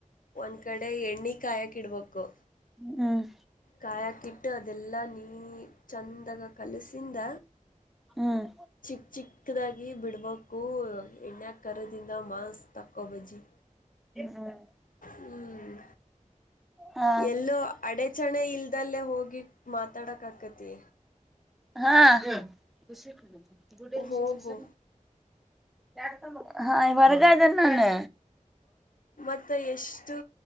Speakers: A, on the left; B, in the centre.
A: ಒಂದ್ ಕಡಿ ಎಣ್ಣಿ ಕಾಯಕ್ ಇಡ್ಬೇಕು.
B: ಹ್ಮ್
A: ಕಾಯ ಕಿಟ್ ಅದೆಲ್ಲಾ ನೀ. ಚಂದಾಗ ಕಲಸಿಂದ.
B: ಹ್ಮ್ ಹ್ಮ್
A: ಚಿಕ್ ಚಿಕ್ಕದಾಗಿ ಬಿಡ್ಬೇಕು ಎಣ್ಯಾ ಕರದಿಂದ ಮಾಸ್ ತಕ್ಕೂ ಬಜಿ
B: ಹ್ಮ್
A: ಹ್ಮ್.
B: ಹಾ
A: ಎಲ್ಲೋ ಅಡಚಣೆ ಇಲ್ದಲ್ಲೇ ಹೋಗಿ ಮಾತಾಡಕ್ ಆಕತಿ.
B: ಹಾ <unintelligible>
A: ಹೋಗು
B: ಹಾ ವಾರ್ಗ ಅದಿನ್ ನಾನು.
A: ಮತ್ತ ಎಷ್ಟು